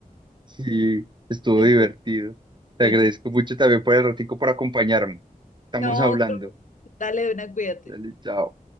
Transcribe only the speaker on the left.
Estuvo-
estuvo
chis-
No,
cor- dale, una, cuídate.